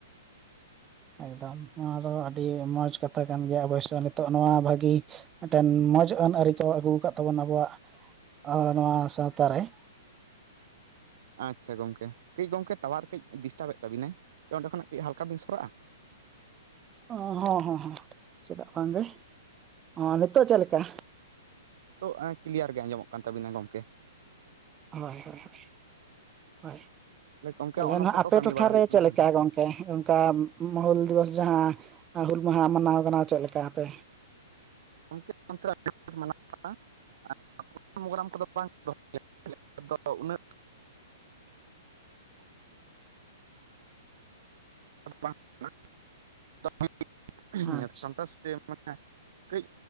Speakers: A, on the right; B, on the right.
A: ᱮᱠᱫᱚᱢ ᱱᱚᱣᱟ ᱫᱚ ᱟᱰᱤ ᱢᱚᱸᱡᱽ ᱠᱟᱛᱷᱟ ᱠᱟᱱ ᱜᱮᱭᱟ ᱚᱵᱚᱥᱥᱚ ᱱᱤᱛᱚᱜ ᱱᱚᱣᱟ ᱵᱷᱟᱜᱤ ᱢᱮᱫ ᱴᱮᱱ ᱢᱚᱸᱡᱽ ᱟᱹᱱ ᱟᱹᱨᱤ ᱠᱚ ᱟᱹᱜᱩ ᱟᱠᱟᱫ ᱛᱟᱵᱚᱱᱟ ᱟᱵᱚᱣᱟᱜ ᱱᱚᱣᱟ ᱥᱟᱶᱛᱟ ᱨᱮ ᱾
B: ᱟᱪ-ᱪᱷᱟ ᱜᱚᱝᱠᱮ, ᱠᱟᱹᱡ ᱜᱚᱝᱠᱮ ᱴᱟᱣᱟᱨ ᱠᱟᱹᱡ ᱰᱤᱥᱴᱟᱵᱽ ᱮᱛ ᱛᱟᱵᱮᱱᱟ ᱚᱸᱰᱮ ᱠᱷᱚᱱᱟᱜ ᱠᱟᱹᱡ ᱦᱟᱞᱠᱟ ᱵᱮᱱ ᱥᱚᱨᱟᱜ-ᱟ?
A: ᱚ ᱦᱚᱸ ᱦᱚᱸ ᱪᱮᱫᱟᱜ ᱵᱟᱝ ᱜᱮ? ᱚᱸ ᱱᱤᱛᱳᱜ ᱪᱮᱫ ᱞᱮᱠᱟ?
B: ᱛᱚ-ᱟ ᱠᱞᱤᱭᱟᱨ ᱜᱮ ᱟᱸᱡᱚᱢᱚᱜ ᱠᱟᱱ ᱛᱟᱵᱮᱱᱟ ᱜᱚᱝᱠᱮ ᱾
A: ᱦᱚᱭ -ᱦᱚᱭ -ᱦᱚᱭ, ᱦᱚᱭ ᱾
B: ᱛᱟᱦᱚᱞᱮ ᱜᱚᱝᱠᱮ
A: ᱛᱟᱦᱞᱮ
B: ᱱᱚᱜᱼᱚ ᱱᱚᱝᱠᱟ
A: ᱱᱟᱜ ᱟᱯᱮ
B: ᱠᱚ ᱠᱟᱹᱢᱤ
A: ᱴᱚᱴᱷᱟᱨᱮ
B: ᱵᱟᱲᱟ ᱦᱩᱭᱩᱜ ᱠᱟᱱᱟ
A: ᱪᱮᱫ
B: ᱵᱟᱝ
A: ᱞᱮᱠᱟ ᱜᱚᱝ ᱛᱮ ᱚᱱᱠᱟ ᱢᱚᱦᱩᱞ ᱫᱩᱣᱟᱹᱥ ᱡᱟᱦᱟᱸ ᱟᱸ ᱦᱩᱞ ᱢᱟᱦᱟᱸ ᱢᱟᱱᱟᱣ ᱠᱟᱱᱟ ᱪᱮᱫ ᱞᱮᱠᱟ ᱯᱮ
B: <inaudible> <inaudible> <inaudible>
A: ᱟᱪᱪᱷᱟ
B: ᱢᱟᱱᱮ ᱠᱟᱹᱡ